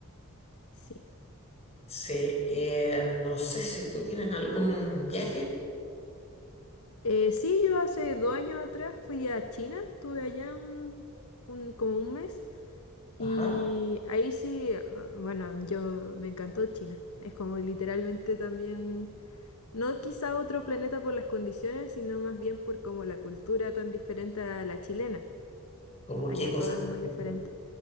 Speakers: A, on the left (about 90°); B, on the left (about 30°).
A: Sí.
B: Sí, eh, no sé si tú tienes algún viaje.
A: Eh, sí, yo hace dos años atrás fui a China, estuve allá un, un- como un mes y
B: Ajá.
A: ahí sí, eh, bueno, yo me encantó China. Es como literalmente también No quizá otro planeta por las condiciones, sino más bien por como la cultura tan diferente a la chilena.
B: como
A: Allá
B: qué cosas,
A: todo es
B: por
A: muy
B: ejemplo?
A: diferente.